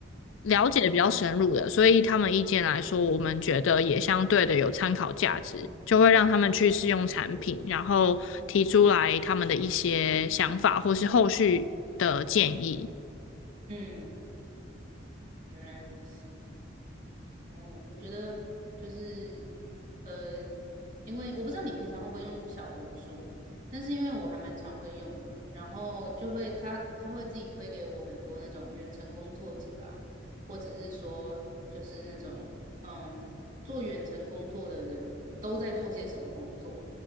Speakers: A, on the left; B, on the right.
A: 了解比较深入的，所以他们意见来说，我们觉得也相对的有参考价值，就会让他们去试用产品，然后提出来他们的一些想法或是后续的建议。
B: 嗯，原来如此。哦，我觉得就是呃，因为我不知道你平常会不会用小红书，但是因为我还蛮常会用的，然后就会他他会自己推给我很多那种远程工作者啊，或者是说就是那种嗯做远程工作的人都在做些什么工作，